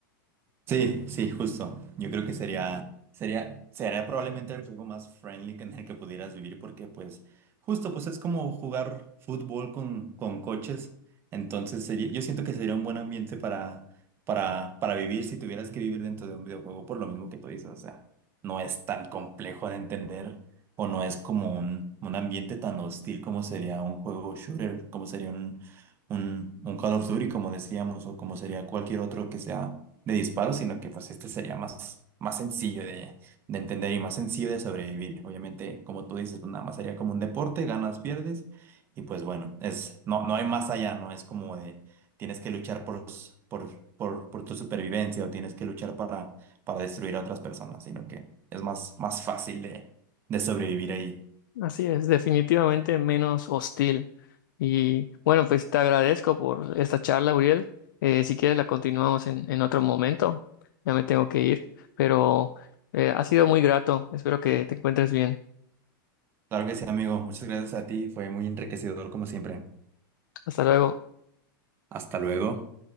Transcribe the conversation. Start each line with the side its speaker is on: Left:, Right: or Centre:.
Right: Sí, sí, justo. Yo creo que sería, sería, sería probablemente el juego más friendly que en el que pudieras vivir porque pues justo pues es como jugar fútbol con, con coches. Entonces sería, yo siento que sería un buen ambiente para, para, para vivir si tuvieras que vivir dentro de un videojuego por lo mismo que tú dices. O sea, no es tan complejo de entender o no es como un, un ambiente tan hostil como sería un juego shooter, como sería un, un Call of Duty, como decíamos, o como sería cualquier otro que sea de disparo, sino que pues este sería más, más sencillo de, de entender y más sencillo de sobrevivir. Obviamente, como tú dices, pues nada más sería como un deporte, ganas, pierdes, y pues bueno, es, no, no hay más allá, ¿no? Es como de tienes que luchar por, s- por, por, por tu supervivencia o tienes que luchar para, para destruir a otras personas, sino que es más, más fácil de, de sobrevivir ahí.
Left: Así es, definitivamente menos hostil. Y bueno, pues te agradezco por esta charla, Uriel. Eh, si quieres la continuamos en, en otro momento. Ya me tengo que ir, pero eh, ha sido muy grato. Espero que te encuentres bien.
Right: Claro que sí, amigo. Muchas gracias a ti. Fue muy enriquecedor como siempre.
Left: Hasta luego.
Right: Hasta luego.